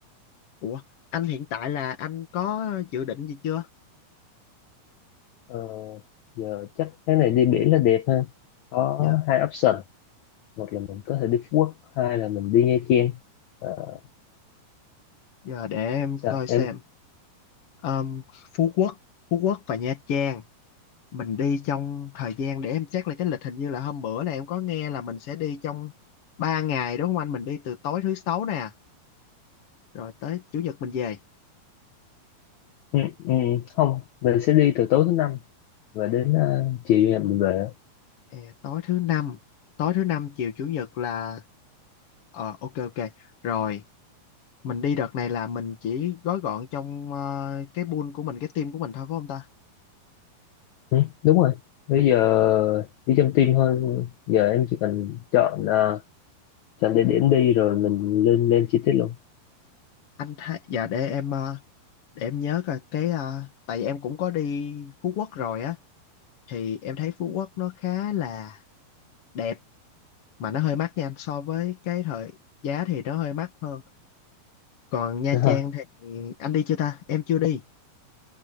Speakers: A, on the left; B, on the left.
A: Ủa, anh hiện tại là anh có dự định gì chưa?
B: ờ, giờ chắc cái này đi biển là đẹp hơn có
A: Giờ
B: hai option một là mình có thể đi Phú Quốc hai là mình đi Nha Trang Ờ,
A: giờ để em
B: sao
A: coi xem.
B: em
A: Ờm, Phú Quốc, Phú Quốc và Nha Trang. Mình đi trong thời gian để em check lại cái lịch hình như là hôm bữa này em có nghe là mình sẽ đi trong 3 ngày đúng không anh? Mình đi từ tối thứ sáu nè, rồi tới chủ nhật mình về.
B: ừ, ừ, không mình sẽ đi từ tối thứ năm và đến ờ, chiều ngày mình về
A: Ờ, tối thứ năm tối thứ năm chiều chủ nhật là ờ ok ok rồi mình đi đợt này là mình chỉ gói gọn trong ờ, cái pool của mình cái team của mình thôi phải không ta
B: ừ, đúng rồi bây giờ đi trong team thôi giờ em chỉ cần chọn ờ, chọn địa điểm đi rồi mình lên lên chi tiết luôn
A: anh thấy dạ để em ờ, để em nhớ coi cái ờ, tại vì em cũng có đi Phú Quốc rồi á thì em thấy Phú Quốc nó khá là đẹp mà nó hơi mắc nha anh so với cái thời giá thì nó hơi mắc hơn còn Nha
B: ha
A: Trang thì anh đi chưa ta em chưa đi